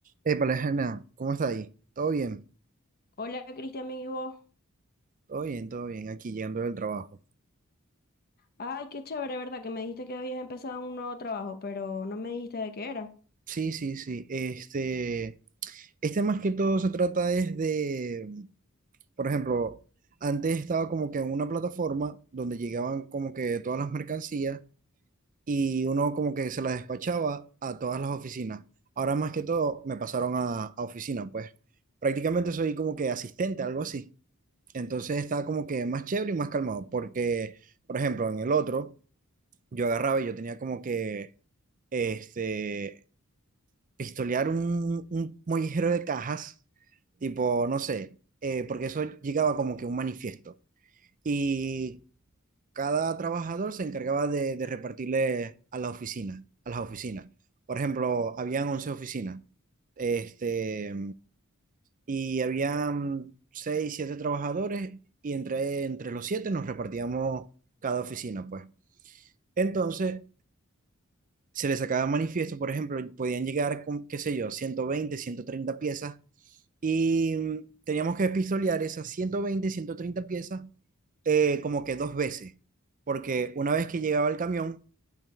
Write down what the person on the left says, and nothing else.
Hola Cristian, ¿y vos?
Ay, qué chévere, ¿verdad? Que me dijiste que habías empezado un nuevo trabajo, pero no me dijiste de qué era.